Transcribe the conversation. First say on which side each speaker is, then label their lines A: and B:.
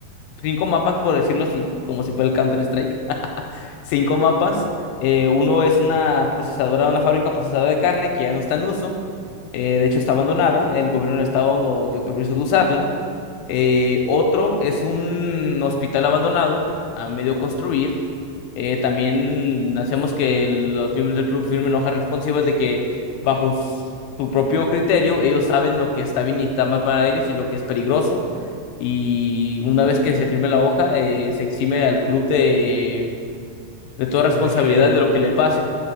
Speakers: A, on the left; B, on the right.
A: cinco mapas, por decirlo así, como si fuera el Counter-Strike. <laughs> Cinco mapas. Eh, uno es
B: mira,
A: una procesadora, una fábrica procesadora de carne que ya no está en uso. Eh, de hecho, está abandonada. El gobierno del estado nos dio permiso de usarla. Eh, otro es un hospital abandonado a medio construir. Eh, también hacemos que los miembros del club firmen hojas responsivas de que bajo s- su propio criterio ellos saben lo que está bien y está mal para ellos y lo que es peligroso. Y una vez que se firme la hoja, eh, se exime al club de, de toda
B: claro,
A: responsabilidad
B: de que de-
A: de lo que le pase.